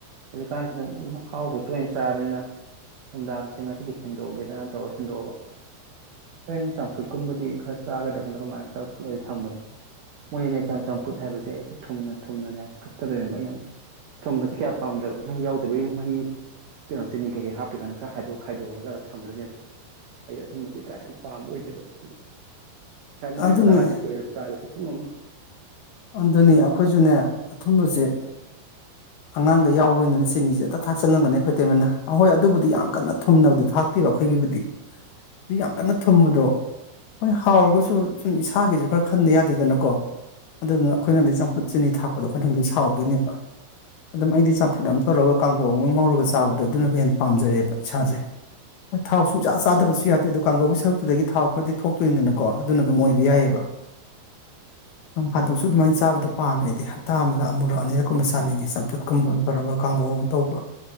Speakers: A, on the right; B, on the left.
A: ꯍꯧꯖꯤꯛꯀꯥꯟꯁꯤ ꯑꯗꯨꯝ ꯍꯥꯎꯁꯨ ꯇꯣꯏꯅ ꯆꯥꯕꯅꯤꯅ ꯅꯨꯡꯗꯥꯡꯁꯦ ꯉꯁꯤꯗꯤ ꯍꯦꯟꯗꯣꯛꯑꯒꯦꯗꯅ ꯇꯧꯔ ꯍꯦꯟꯗꯣꯛꯑꯕ ꯍꯣꯔꯦꯟ ꯆꯝꯐꯨꯠꯀꯨꯝꯕꯗꯤ ꯈꯔ ꯆꯥꯒꯗ ꯑꯩꯈꯣꯏꯅ ꯀꯃꯥꯏꯅ ꯈꯔꯂ ꯊꯝꯕꯅꯤ ꯃꯣꯏꯅꯅꯦ ꯆꯝꯐꯨꯠ ꯍꯥꯏꯕꯁꯦ ꯍꯦꯛꯇ ꯊꯨꯝꯅ ꯊꯨꯝꯅꯅꯦ ꯐꯨꯠꯀꯗꯣꯏꯅꯦꯕ ꯑꯩꯅ ꯊꯨꯝꯕꯁꯤ ꯀꯌꯥ ꯄꯥꯝꯗꯕ ꯃꯍꯤ ꯌꯥꯎꯗꯕꯒꯤꯅ ꯃꯍꯤ ꯀꯩꯅꯣ ꯆꯤꯅꯤ ꯀꯩꯀꯩ ꯍꯥꯞꯄꯤꯒꯅ ꯈꯔ ꯈꯗꯣꯛ ꯈꯥꯏꯗꯣꯛꯍꯜꯂꯒ ꯊꯝꯗꯣꯏꯅꯦꯕ ꯑꯩ ꯑꯊꯨꯝꯕꯕꯁꯤ ꯀ ꯌꯥꯝ ꯄꯥꯝꯕ ꯑꯣꯏꯗꯦꯕ ꯑꯗꯨꯒꯤ ꯍ ꯃꯣꯏ
B: ꯑꯗꯨꯅꯦ
A: ꯆꯥꯅꯤ ꯄꯨ ꯆꯥꯠꯇ ꯃꯃ
B: ꯑꯗꯨꯅꯤ ꯑꯩꯈꯣꯏꯁꯨꯅꯦ ꯑꯊꯨꯝꯕꯁꯦ ꯑꯉꯥꯡꯒ ꯌꯥꯎꯕꯩꯅꯤꯅ ꯆꯤꯅꯤꯁꯦ ꯍꯇ ꯊꯥꯛꯆꯜꯂꯝꯒꯅꯤ ꯈꯣꯏ ꯇꯩꯃꯟꯅ ꯑꯍꯣꯏ ꯑꯗꯨꯕꯨꯗꯤ ꯌꯥꯝ ꯀꯟꯅ ꯊꯨꯝꯅꯕꯗꯤ ꯊꯥꯛꯇꯦ ꯑꯩꯈꯣꯏꯒꯤꯕꯨꯗꯤ ꯑꯗꯨ ꯌꯥꯝ ꯀꯟꯅ ꯊꯨꯝꯕꯗꯣ ꯍꯣꯏ ꯍꯥꯎꯔꯒꯁꯨ ꯁꯨꯝ ꯏꯁꯥꯒꯤꯁꯨ ꯈꯔ ꯈꯟꯗ ꯌꯥꯗꯦꯗꯅꯀꯣ ꯑꯗꯨꯗꯨꯅ
A: ꯑꯣꯏꯃꯛ
B: ꯑꯩꯈꯣꯏꯅꯗꯤ ꯆꯝꯐꯨꯠ ꯆꯤꯅꯤ ꯊꯥꯛꯄꯗꯣ ꯑꯩꯈꯣꯏꯅꯪꯗꯤ ꯁꯥꯎꯗꯣꯏꯅꯦꯕ ꯑꯗꯨꯝ ꯑꯩꯗꯤ ꯆꯝꯐꯨꯠ ꯑꯃ ꯇꯧꯔꯒ ꯀꯥꯡꯒꯣꯛ ꯑꯃ ꯉꯧꯔꯒ ꯆꯥꯕꯗꯣ ꯑꯗꯨꯅ ꯍꯦꯟꯅ ꯄꯥꯝꯖꯔꯦꯕ ꯏꯁꯥꯁꯦ ꯍꯣꯏ ꯊꯥꯎ ꯁꯨꯡꯆꯥ ꯆꯥꯗꯕꯁꯨ ꯌꯥꯗꯦ ꯑꯗꯨꯗ ꯀꯥꯡꯒꯧꯒꯤ ꯁꯔꯨꯛꯇꯨꯗꯒꯤ ꯊꯥꯎ ꯈꯔꯗꯤ ꯊꯣꯛꯇꯣꯏꯅꯤꯗꯅꯀꯣ ꯑꯗꯨꯅ ꯑꯗꯨꯝ ꯑꯣꯏꯕ ꯌꯥꯏꯑꯕ
A: <inaudible>
B: ꯅꯣꯡ ꯐꯥꯗꯣꯛꯁꯨ ꯑꯗꯨꯃꯥꯏꯅ ꯆꯥꯕꯗ ꯄꯥꯝꯃꯦ ꯑꯩꯗꯤ ꯍꯞꯇꯥ ꯑꯃꯗ ꯑꯃꯨꯔꯛ ꯑꯅꯤꯔꯛꯀꯨꯝꯕ ꯆꯥꯅꯤꯡꯉꯤ ꯆꯄ ꯐꯨꯠꯀꯨꯝꯕ ꯑꯃ ꯇꯧꯔꯒ ꯀꯥꯡꯒꯧ ꯑꯃ ꯇꯧꯕ